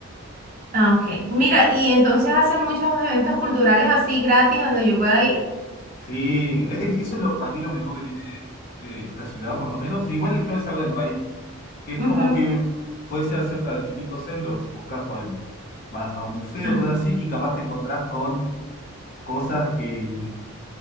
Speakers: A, on the right (about 40°); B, on the left (about 45°).
A: Ah, ok. Mira, y entonces hacen muchos eventos culturales así gratis donde yo pueda ir.
B: Sí, e- e- eso es lo, para mí lo mejor que tiene eh, esta ciudad, por lo menos, y igual creo que es algo del país, que es
A: Ujú.
B: como que puedes ir a cierta- distintos centros, si buscas, vas a un museo,
A: Ah,
B: cosas así, y capaz te encontrás con cosas que